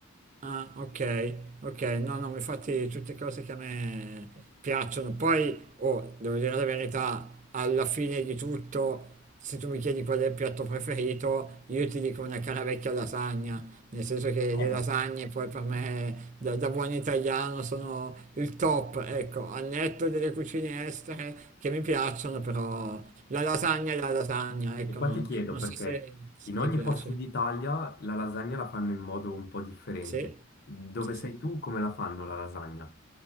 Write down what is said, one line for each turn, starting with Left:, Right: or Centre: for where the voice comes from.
Right: Ah, ok, ok, no, no, ma infatti tutte cose che a me piacciono. Poi, oh, devo dire la verità, alla fine di tutto, se tu mi chiedi qual è il piatto preferito, io ti dico una cara vecchia lasagna, nel senso che le
Left: Eh, Eh,
Right: lasagne poi per me, da, da buon italiano, sono il top, ecco, al netto delle cucine estere che mi piacciono, però la lasagna è la lasagna, ecco,
Left: e qua
Right: non,
Left: ti chiedo
Right: non
Left: perché
Right: so se, se
Left: in ogni
Right: ti piace.
Left: posto d'Italia la lasagna la fanno in modo un po' differente.
Right: Sì,
Left: Dove
Right: sì,
Left: sei
Right: sì.
Left: tu, come la fanno la lasagna?